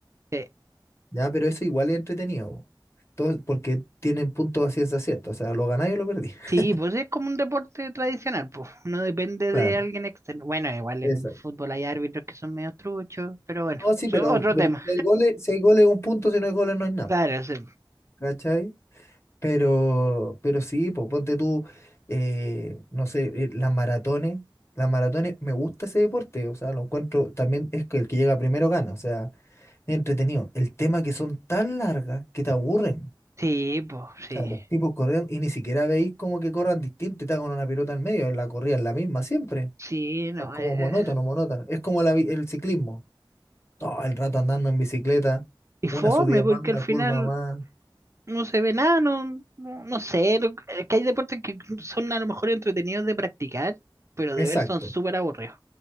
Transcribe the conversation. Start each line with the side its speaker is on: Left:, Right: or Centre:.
Right: Sí,
Left: Ya, pero eso igual es entretenido. po. Todo- porque tienen puntos a ciencia cierta. O sea, lo ganáis o lo perdí. <laughs>
Right: sí, pues es como un deporte tradicional, pues. No depende
Left: Claro,
Right: de alguien externo. Bueno, igual en
Left: exacto.
Right: el fútbol hay árbitros que son medio truchos, pero bueno,
Left: No, sí,
Right: eso
Left: pero
Right: es otro
Left: ve-
Right: tema.
Left: si hay goles, si hay goles, un punto, si no hay goles, no hay nada.
Right: Claro, sí.
Left: ¿Cachai? Pero, pero sí, po, ponte tú, eh, no sé, eh, las maratones. Las maratones, me gusta ese deporte. O sea, lo encuentro, también es que el que llega primero gana. O sea, es entretenido. El tema que son tan largas que te aburren.
Right: Sí, pues, sí.
Left: sea, los tipos corrieron y ni siquiera veis como que corran distinto y está con una pelota en medio, la corrida es la misma siempre.
Right: Sí, no.
Left: Es como
Right: eh,
Left: monótono, monótono. Es como la vi- el ciclismo. Todo el rato andando en bicicleta,
Right: Y fome,
Left: una subida
Right: porque
Left: más, una
Right: al final
Left: curva más.
Right: No se ve nada, no, no, no sé. lo- Es que hay deportes que son a lo mejor entretenidos de practicar, pero
Left: Exacto,
Right: de ver son súper aburridos.